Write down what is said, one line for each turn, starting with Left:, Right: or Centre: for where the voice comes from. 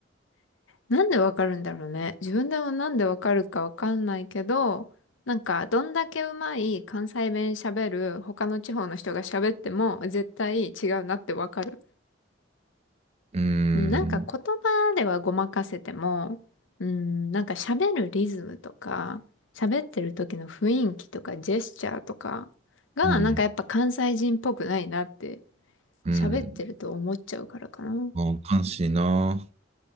Left: なんでわかるんだろうね。自分でもなんでわかるかわかんないけど、なんかどんだけうまい関西弁喋る他の地方の人が喋っても絶対違うなってわかる。
Right: うーん。
Left: うんなんか言葉ではごまかせても、うん、なんか喋るリズムとか、喋ってる時の雰囲気とかジェスチャーとかが、
Right: うん。
Left: なんかやっぱ関西人っぽくないなって
Right: うん。
Left: 喋ってると思っちゃうからかな。
Right: ああ、悲しいな。